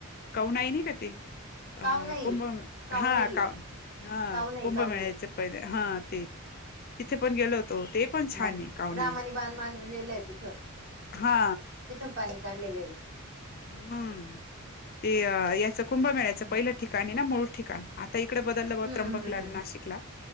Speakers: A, on the left (about 45°); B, on the right (about 45°).
A: कौ नाही नाही का ते.
B: काव
A: अ
B: नाही
A: कुंभे
B: काव
A: हा
B: नाहीये
A: का हा
B: काव नाही
A: कुंभमेळायचे
B: काव नाही
A: पहिले हा ते. तिथे पण गेलो होतो ते पण छान
B: माहिती
A: आहे काऊ
B: रामाने
A: नाही
B: बाण मांडलेलं आहे तिथं
A: हा.
B: तिथून पाणी काढलेलं आहे रे.
A: हम्म ते याचं कुंभ मळाच
B: हम्म
A: पहिलं ठिकाणं आहे ना मूळ ठिकाण. आता इकडे बदललं ब
B: हम्म
A: त्र्यंबकला,
B: हम्म हम्म.
A: नाशिकला